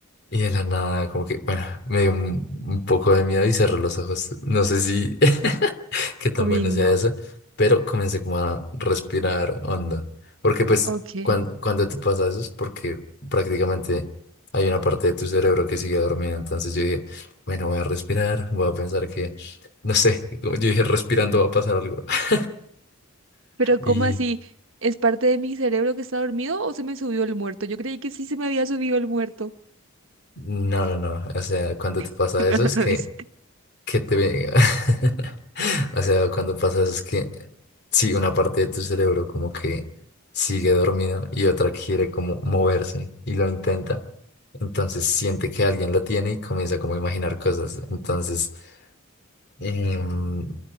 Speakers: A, on the left; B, on the right.
A: Y de la nada, como que, bueno, me dio un, un poco de miedo y cerré los ojos. No sé si <laughs> qué tan
B: uy,
A: bueno
B: no,
A: sea eso, pero comencé como a respirar hondo. Porque pues
B: ok.
A: cuando, cuando te pasa eso es porque prácticamente hay una parte de tu cerebro que sigue dormida. Entonces yo dije, bueno, voy a respirar, voy a pensar que, no sé, <laughs> como yo dije, respirando va a pasar algo. <laughs>
B: Pero ¿cómo
A: Y
B: así? ¿Es parte de mi cerebro que está dormido o se me subió el muerto? Yo creí que sí se me había subido el muerto.
A: no, no, no. O sea, cuando te pasa
B: <laughs> No,
A: eso
B: no,
A: es
B: no
A: que
B: dice.
A: que te venga. <laughs> O sea, cuando pasa eso es que sí, una parte de tu cerebro como que sigue dormido y otra quiere como moverse y lo intenta. Entonces siente que alguien lo tiene y comienza como a imaginar cosas. Entonces, em,